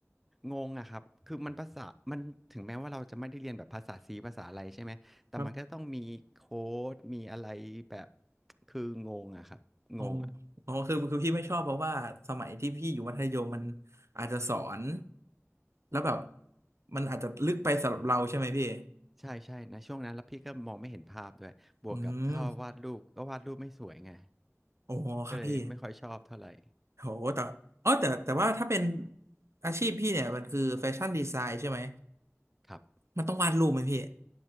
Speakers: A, in the centre; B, on the right (about 70°).
A: งงอะครับคือมันภาษามันถึงแม้ว่าเราจะไม่ได้เรียนแบบภาษาซีภาษาอะไรใช่ไหมแต่มันก็ต้องมีโค้ดมีอะไรแบบ
B: ครับ
A: คืองงอะครับงงอะ
B: อ๋ออ๋อคือคือพี่ไม่ชอบเพราะว่าสมัยที่พี่อยู่มัธยมมันอาจจะสอนแล้วแบบมันอาจจะลึกไปสำหรับเราใช่ไหมพี่
A: ใช่ใช่นะช่วงนั้นแล้วพี่ก็มองไม่เห็นภาพด้วยบวกกับถ้าวาดรูปก็วาดรูปไม่สวยไง
B: อืมโอ้ครับพี่
A: ก็เลยไม่ค่อยชอบเท่าไหร่
B: โหแต่อ๋อแต่แต่ว่าถ้าเป็นอาชีพพี่เนี่ยมันคือแฟชั่นดีไซน์ใช่ไหม
A: ครับ
B: มันต้องวาดรูปไหมพี่